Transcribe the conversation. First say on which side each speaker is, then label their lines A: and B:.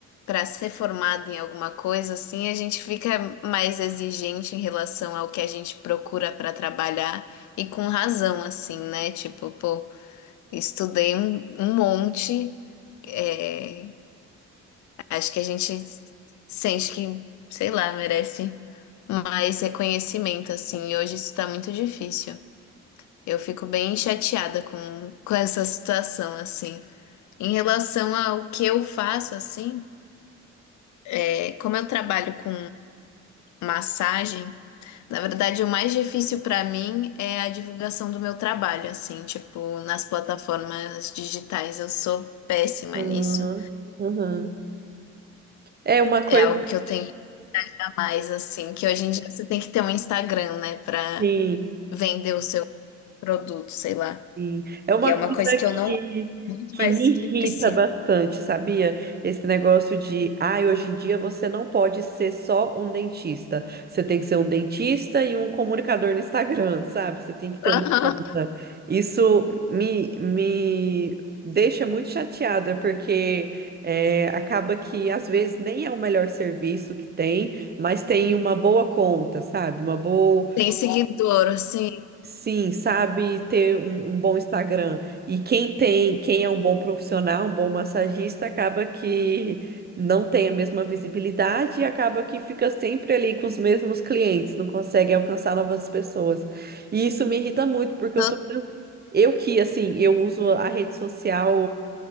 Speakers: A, on the left; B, on the right.
A: para ser formado em alguma coisa assim, a gente fica mais exigente em relação ao que a gente procura para trabalhar e com razão assim, né? Tipo, pô, estudei um, um monte, é, acho que a gente sente que, sei lá, merece mais reconhecimento assim. E hoje isso tá muito difícil. Eu fico bem chateada com, com essa situação assim. Em relação ao que eu faço assim, É, como eu trabalho com massagem, na verdade o mais difícil para mim é a divulgação do meu trabalho, assim, tipo, nas plataformas digitais eu sou péssima
B: Ah,
A: nisso.
B: aham. É uma coisa.
A: É algo que eu tenho que dar mais, assim, que hoje em dia você tem que ter um Instagram, né, para
B: Sim.
A: vender o seu produto, sei lá.
B: Sim. É uma
A: E é
B: coisa
A: uma coisa que eu não
B: que,
A: gosto muito,
B: que
A: mas
B: me
A: que
B: irrita
A: preciso.
B: bastante, sabia? Esse negócio de, ai, hoje em dia você não pode ser só um dentista. Você tem que ser um dentista e um comunicador no Instagram, <laughs> sabe? Você tem que ter
A: Aham.
B: uma conta. Isso me, me deixa muito chateada, porque é, acaba que às vezes nem é o melhor serviço que tem, mas tem uma boa conta, sabe? Uma boa.
A: Tem seguidor, assim,
B: Sim, sabe ter um, um bom Instagram. E quem tem, quem é um bom profissional, um bom massagista, acaba que não tem a mesma visibilidade e acaba que fica sempre ali com os mesmos clientes, não consegue alcançar novas pessoas. E isso me irrita muito, porque
A: eu
B: eu tô vendo- eu que, assim, eu uso a rede social